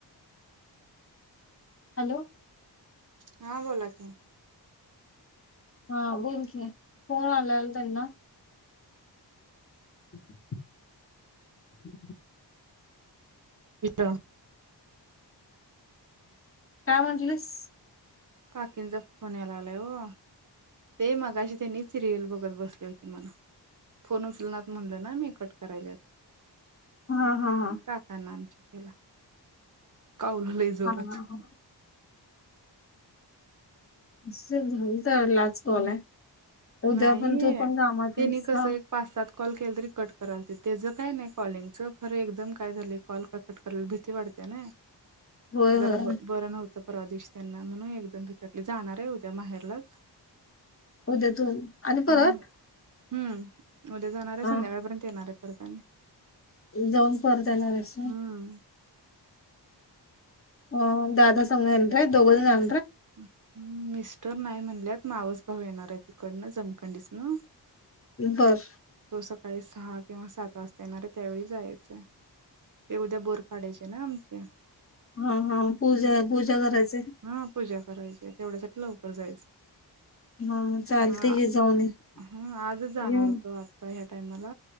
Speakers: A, on the left; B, on the right.
A: हॅलो
B: हा बोला की
A: हा बोलते फन आलाल त्यांना ह <unintelligible>
B: पता
A: काॅमंजलस
B: काकीनचा फोन यायला आलाय हो ते मगाशी त्यांनी सिरियल बघत बसले होते मला फोन उचल ना म्हणलं ना मेकट करायला
A: हा हा हा.
B: काका नामचे खला का उललय जोरात
A: हा हा हा झा तरलाच कॉल
B: हम्म
A: आहे उद्या
B: नाही
A: पण तू पण काामात
B: त्यांनी कसं
A: ह
B: एक पाच सात कॉल केलं तरी कट करायल ते त्याचं काय नाही कॉलिंगच खरं एकदम काय झालं कॉल कट करायला भीती वाटते ना
A: होय
B: जरा
A: होय
B: ब बरं नव्हत परवादेश त्यांना म्हणून एकजण भिकटले जाणार आहे उद्या बाहेरलाच
A: होद्या तून आणि परत
B: हम्म. हम्म उद्या जाणार आहे
A: हा.
B: संध्याकाळपर्यंत येणार आहे करताना
A: जाऊन परता येणार अस
B: हम्म.
A: अ दादा संघयन दोघल जान
B: ह् मिस्टर नाही म्हणल्यात मावस भाऊ येणार आहे तिकडनं जमखंडीस ना
A: बर
B: तो सकाळी सहा किंवा सात वाजता येणार आहे त्यावेळी जायचय ते उद्या बोर काडायचे ना आमचे
A: हा हा पूजा पूजा करायचे
B: हा पूजा करायचे तेवढ्यासाठी लवकर जायचं
A: हा चालते
B: हा
A: की जाऊन येऊन
B: ह आजच जाणार होतो आता ह्या टाइमाला